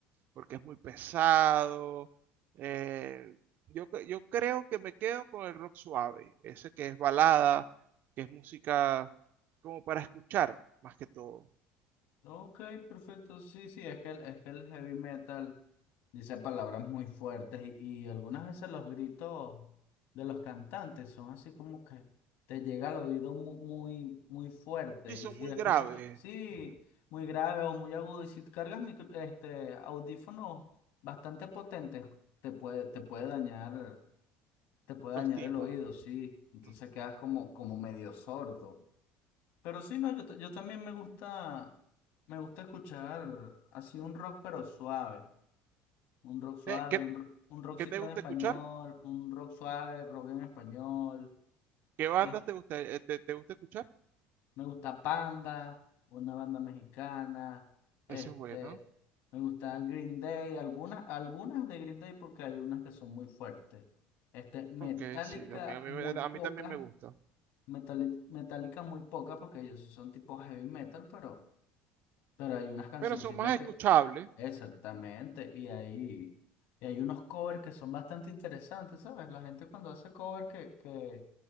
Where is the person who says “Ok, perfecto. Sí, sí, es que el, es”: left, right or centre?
Left